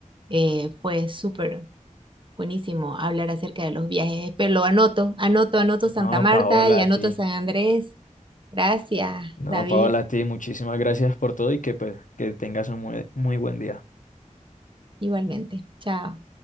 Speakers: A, on the right; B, on the left.
A: Eh, fue súper buenísimo hablar acerca de los viajes, pero lo anoto, anoto, anoto Santa
B: No,
A: Marta
B: Paola,
A: y
B: a
A: anoto
B: ti.
A: San Andrés. Gracias,
B: No,
A: David.
B: Paola, a ti, muchísimas gracias por todo y que pues que tengas un muy, muy buen día.
A: Igualmente. Chao.